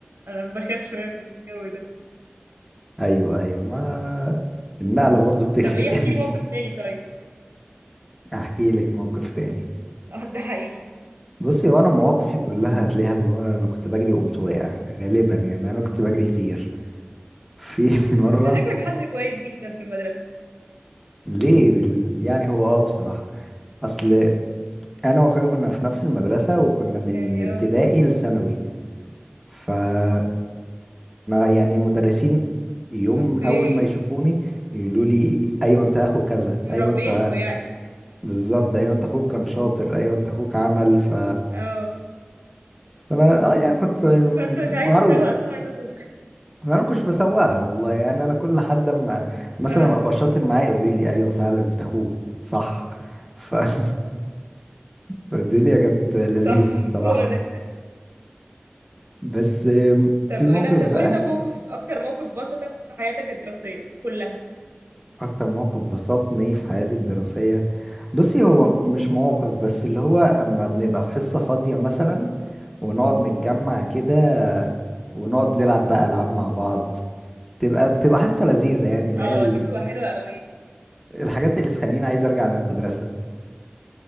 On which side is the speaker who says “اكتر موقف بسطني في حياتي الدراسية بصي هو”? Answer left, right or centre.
Centre